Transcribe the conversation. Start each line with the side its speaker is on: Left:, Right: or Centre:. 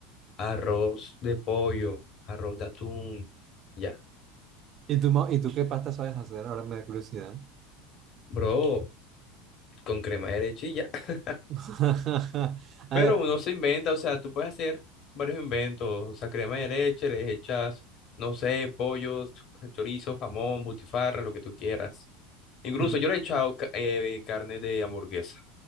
Left: arroz de pollo, arroz de atún, ya.
Right: ¿Y tú, ma- y tú qué pasta sabes hacer? Ahora me da curiosidad.
Left: Bro, con crema de leche y ya. <laughs>
Right: <laughs> A
Left: Pero
Right: ver,
Left: uno se inventa, o sea, tú puedes hacer varios inventos, o sea, crema de leche, le echas, no sé, pollos, chorizo, jamón, butifarra, lo que tú quieras. Incluso
Right: en-
Left: yo le he echado ca- eh, carne de hamburguesa.